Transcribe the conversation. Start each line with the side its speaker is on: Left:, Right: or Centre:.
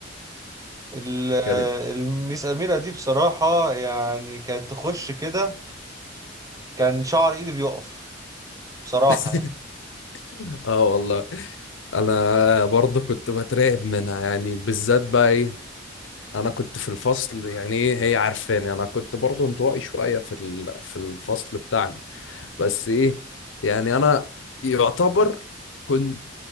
Right: ال- آه،
Left: كانت
Right: المس أميرة دي بصراحة يعني كانت تخش كده كان شعر إيدي بيقف بصراحة
Left: <laughs>
Right: يعني
Left: اه والله انا برضه كنت بترعب منها يعني بالذات بقى ايه انا كنت في الفصل يعني ايه هي عارفاني انا كنت برضه انطوائي شويه في ال- في الفصل بتاعنا بس ايه يعني انا يعتبر كنت